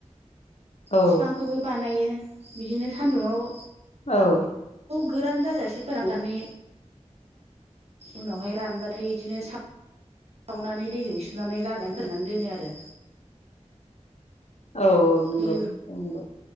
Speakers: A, on the left (about 60°); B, on the right (about 60°).
A: औ
B: फिफांखौबो बानायो बिदिनो सान्दुंआव
A: औ
B: गोरान जाजासे फोराननानै उनावहाय रानबाथाय बिदिनो सा सावनानै दैजों सुनानै लाद्रायैनो फोरानना दोनो आरो
A: औ औ नंगौ
B: बे
A: नंगौ